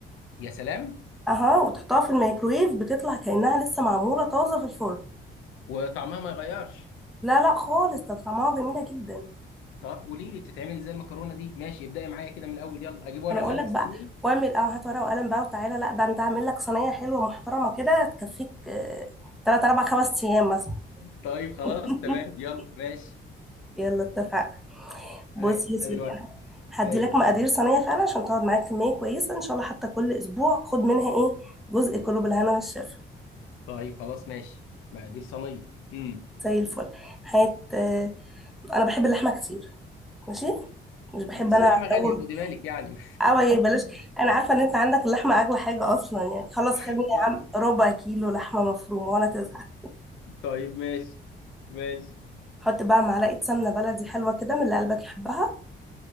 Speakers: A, on the left; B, in the centre.
A: يا سلام
B: اها وتحطها في الميكرويف بتطلع كأنها لسه معمولة طازة في الفرن
A: وطعمها ما يغيرش
B: لا لا خالص ده طعمها جميلة جدا
A: طب قولي لي بتتعمل ازاي المكرونه دي ماشي ابدأي معايا كده من الاول يلا اجيب ورقه
B: انا اقول
A: وقلم
B: لك بقى
A: مستني
B: واعمل اه هات ورقه وقلم بقى وتعالى لا ده انت اعمل لك صينيه حلوه محترمه كده تكفيك آه، تلات اربع خمس ايام مثلا
A: طيب خلاص
B: <laughs>
A: تمام يلا ماشي
B: يلا اتفقنا بص
A: اي
B: يا سيدي
A: ادي الورقه
B: انا هدي
A: اي
B: لك مقادير صينيه فعلا عشان تقعد معاك كميه كويسه ان شاء الله حتى كل اسبوع خد منها ايه جزء كله بالهنا والشفا
A: طيب خلاص ماشي مقادير صينيه امم
B: زي الفل هات آه، انا بحب اللحمه كتير ماشي مش بحب
A: بس
B: انا
A: اللحمه غاليه
B: جو
A: خدي بالك يعني
B: او يا بلاش انا عارفه ان انت عندك اللحمه اغلى حاجه اصلا يعني خلاص
A: <laughs>
B: خليني يا
A: طيب
B: عم ربع كيلو لحمه مفرومه ولا تزهق
A: طيب ماشي ماشي
B: حط بقى معلقة سمنة بلدي حلوة كده من اللي قلبك يحبها